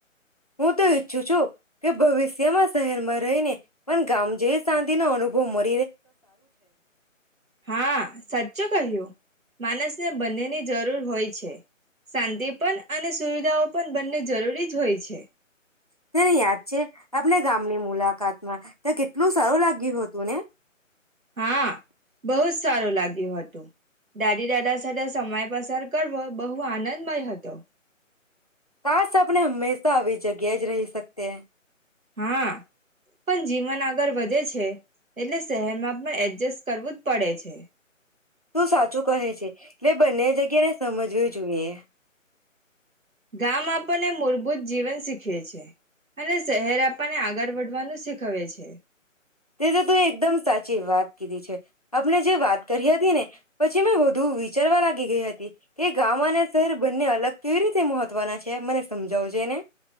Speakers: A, on the left (about 30°); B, on the right (about 85°).
A: હું તો ઈચ્છું છું કે ભવિષ્યમાં શહેરમાં રહીને મને ગામ જ શાંત <unintelligible> નો અનુભવ મળે
B: હા સાચું કહ્યું. માનસ ને બંને ની જરૂર હોય. છે. શાંતિપન અને સુવિધાઓ પણ બંને જરૂરી જ હોય છે.
A: તને યાદ છે આપણે ગામની મુલાકાતમાં તા કેટલું સારું લાગ્યું હતું ને!
B: હા બહુ જ સારું લાગ્યું હતું દાદી દાદા સાથે સમય પસાર કરવો બહુ આનંદમય હતો.
A: કાશ આપને હમેશા આવી જગ્યા જ રહી સકતે.
B: હા પણ જીવન આગળ વધે છે એટલે શહેરમાં પણ એડજસ્ટ કરવું જ પડે છે.
A: તું સાચું કહે છે તે બંને જગ્યા ને સમજવુ જોઈએ.
B: ગામ આપણને મૂળભૂત જીવન શીખવે છે અને શહેર આપણને આગળ વધવાનું શીખવે છે.
A: તે તો તું એકદમ સાચી વાત કીધી છે. આપણે જે વાત કરી હતી ને પછી મેં વધુ વિચારવા લાગી ગઈ હતી કે ગામ અને શહેર બંને અલગ કેવી રીતે મહત્વના છે મને સમજાવજે ને